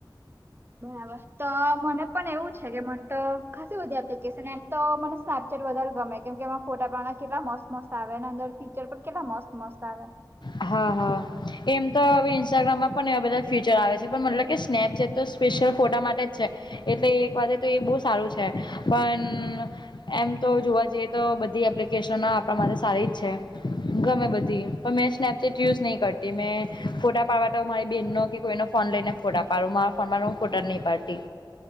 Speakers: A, on the right; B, on the left.
A: બરાબર. તો મને પણ એવું છે કે, મને તો ખાસી બધી એપ્લિકેશન, એમ તો મને સ્નેપ ચેટ વધારે ગમે. કેમ કે, એમાં ફોટા પાડ કેટલા મસ્ત-મસ્ત આવે અને અંદર ફીચર પણ કેટલા મસ્ત-મસ્ત આવે.
B: હા હા. એમ તો હવે ઇન્સ્ટાગ્રામમાં પણ એવા બધા ફ્યચર આવે છે પણ મતલબ કે સ્નેપચેટ તો સ્પેશિયલ ફોટા માટે છે એટલે એક વાતે તો એ બહુ સારું છે પણ એમ તો જોવા જઈએ તો બધી એપ્લિકેશન ઓ આપડા માટે સારી જ છે. ગમે બધી પણ પર મેં સ્નેપચેટ યુઝ નહીં કરતી મેં ફોટા પાડવા તો મારી બહેનનો કે કોઈનો ફોન લઈને ફોટા પારુંમાં ફમામાંનું ફોટા નહીં પાડતી.